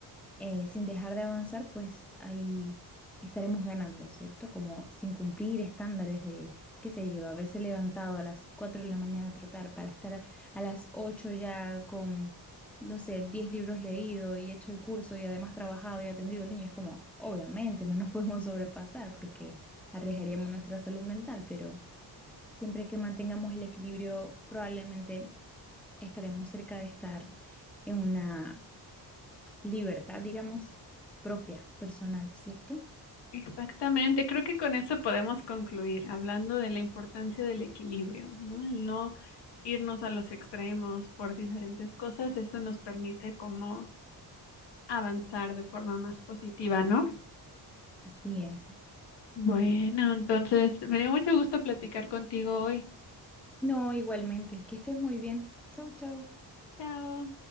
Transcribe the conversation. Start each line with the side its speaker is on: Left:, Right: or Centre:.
Centre: eh, sin dejar de avanzar, pues ahí estaremos ganando, ¿cierto? Como sin cumplir estándares de, qué sé yo, haberse levantado a las 4 de la mañana a trotar para estar a las 8 ya con, no sé, 10 libros leídos y hecho el curso y además trabajado y atendido al niño. Es como, obviamente, no nos <laughs> podemos sobrepasar porque arriesgaríamos nuestra salud mental, pero siempre que mantengamos el equilibrio, probablemente estaremos cerca de estar en una libertad, digamos, propia, personal, ¿cierto?
Left: Exactamente, creo que con eso podemos concluir, hablando de la importancia del equilibrio, ¿no? El no irnos a los extremos por diferentes cosas, eso nos permite como avanzar de forma más positiva, ¿no?
Centre: Así es.
Left: Bueno, entonces me dio mucho gusto platicar contigo hoy.
Centre: No, igualmente, que estés muy bien. Chau, chau.
Left: Chao.